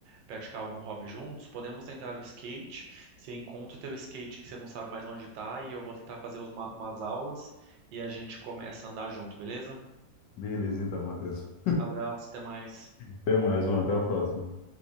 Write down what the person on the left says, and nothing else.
Beleza, então, Matheus.
Até mais, mano. Até a próxima.